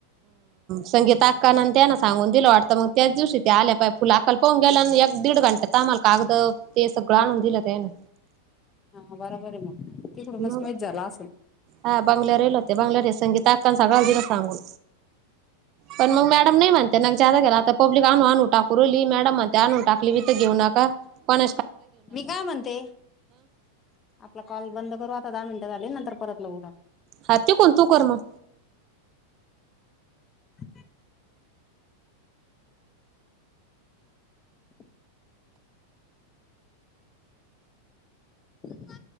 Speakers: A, on the right; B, on the left.
A: संगीता अक्का अक्का त्याना सांगून दिलं वाटतं मग त्याच दिवशी ते आल्या पाहिला फुला अक्का ला पाहून गेल्या आणि एक दीड घंट्यात आमांला कागद आणून दिलं ते सगळं
B: हा बरोबर आहे मग तिकडूनच
A: मग
B: माहीत झाला असल
A: हा बंगल्यावर आले होते बंगल्यावर संगीता अक्का सगळ दिल सांगून पण मग मॅडम नाही म्हणते नाग जादा गेला आता पब्लिक आणू आणू टाकू रली मॅडम म्हणते आणून टाकली तीथ घेऊ नका पण
B: मी काय म्हणते आपला कॉल बंद करू आता दहा मिंट म्हणते झाले नंतर परत लाऊ
A: हा तिकून कोण तू कर मग
B: पं <inaudible> अआ